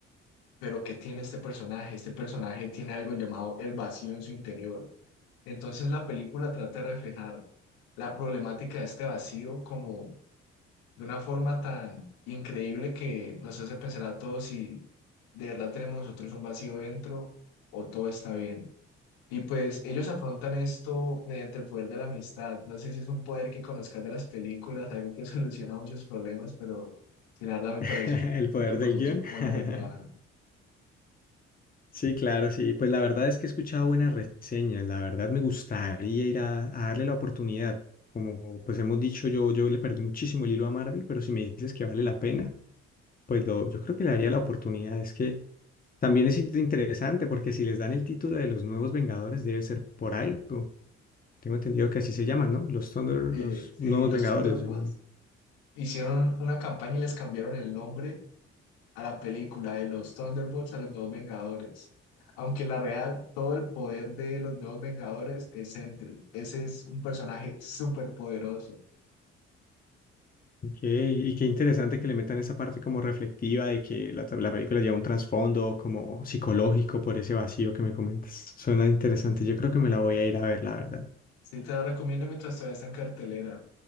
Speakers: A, on the left; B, on the left.
A: pero ¿qué tiene este personaje? Este personaje tiene algo llamado el vacío en su interior. Entonces la película trata de reflejar la problemática de este vacío como de una forma tan increíble que nos hace pensar a todos si de verdad tenemos nosotros un vacío dentro o todo está bien. Y pues ellos afrontan esto mediante el poder de la amistad. No sé si es un poder que conozcas de las películas, algo que <laughs> soluciona muchos problemas, pero sin la verdad me
B: <laughs>
A: pareció
B: El poder
A: súper
B: del
A: curioso
B: guión.
A: cómo
B: <laughs>
A: la arreglaban.
B: Sí, claro, sí. Pues la verdad es que he escuchado buenas reseñas. La verdad me gustaría ir a, a darle la oportunidad. Como pues hemos dicho, yo, yo le perdí muchísimo el hilo a Marvel, pero si me dices que vale la pena, pues lo- yo creo que le daría la oportunidad. Es que También es in- interesante porque si les dan el título de los nuevos Vengadores debe ser por algo. Tengo entendido que así se llaman, ¿no? Los Thunder,
A: eh,
B: los
A: sí,
B: nuevos
A: los
B: Vengadores
A: Thunderbolts
B: los llamaron.
A: hicieron una campaña y les cambiaron el nombre a la película de los Thunderbolts, a los Nuevos Vengadores. Aunque en la real, todo el poder de los Nuevos Vengadores es Sentry. Ese es un personaje súper poderoso.
B: Ok, y qué interesante que le metan esa parte como reflectiva de que la, la película lleva un trasfondo como psicológico por ese vacío que me comentas. Suena interesante, yo creo que me la voy a ir a ver, la verdad.
A: Sí, te la recomiendo mientras todavía está en cartelera.